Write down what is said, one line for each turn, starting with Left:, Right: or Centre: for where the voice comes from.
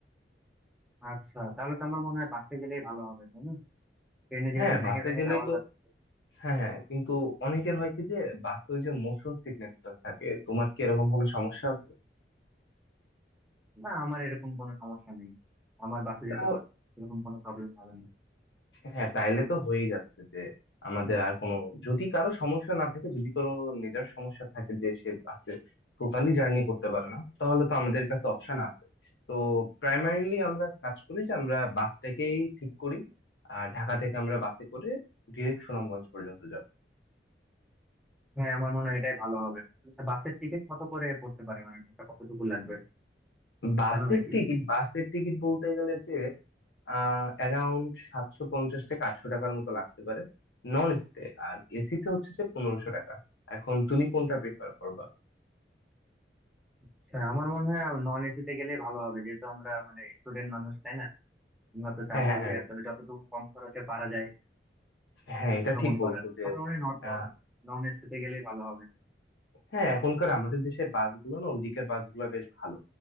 Centre: আচ্ছা তাহলে তো আমার মনে হয় বাসে গেলেই ভালো হবে তাই না ট্রেনে যেহেতু
Left: হ্যাঁ
Centre: ভেঙে
Left: বাসে
Centre: ভেঙে
Left: গেলেই
Centre: যাওয়ার
Left: তো
Centre: লাগবে
Left: হ্যাঁ হ্যাঁ কিন্তু অনেকের হয় কি যে বাসে ওই যে মোশন সিকনেসটা থাকে তোমার কি এরকম কোনো সমস্যা আছে
Centre: না আমার এরকম কোনো সমস্যা নেই আমার বাসে
Left: তাও-
Centre: যেতে পার- এরকম কোনো প্রবলেম হবে না
Left: হ্যাঁ তাইলে তো হয়েই যাচ্ছে যে আমাদের আর কোনো যদি কারো সমস্যা না থাকে যদি কারো মেজর সমস্যা থাকে যে সে বাসে টোটালি জার্নি করতে পারে না তাহলে তো আমাদের কাছে অপশন আছে তো প্রাইমারিলি আমরা কাজ করি যে আমরা বাসটাকেই ঠিক করি আর ঢাকা থেকে আমরা বাসে করে ডিরেক্ট সুনামগঞ্জ পর্যন্ত যাব
Centre: হ্যাঁ আমার মনে হয় এটাই ভালো হবে আচ্ছা বাসের টিকিট কত করে পড়তে পারে মানে এটা কতটুকু লাগবে
Left: বাসের
Centre: জানো নাকি
Left: টিকিট বাসের টিকিট বলতে গেলে যে আহ অ্যারাউন্ড সাতশো পঞ্চাশ থেকে আটশো টাকার মতো লাগতে পারে নন এসিতে আর এসিতে হচ্ছে যে পনেরোশো টাকা এখন তুমি কোনটা প্রিফার করবা
Centre: আচ্ছা আমার মনে হয় নন এসি তে গেলে ভালো হবে যেহেতু আমরা মানে স্টুডেন্ট মানুষ তাই না আমরা তো চাবো
Left: হ্যাঁ হ্যাঁ হ্যাঁ
Centre: যে আসলে যতটুকু কম খরচে পারা যায়
Left: হ্যাঁ এটা
Centre: ভ্রমণ
Left: ঠিক বলছো
Centre: করার
Left: যে
Centre: আমার মনে হয় নন
Left: আহ,
Centre: নন এসিতে গেলেই ভালো হবে
Left: হ্যাঁ এখনকার আমাদের দেশের বাসগুলো না ওইদিকের বাসগুলো বেশ ভালো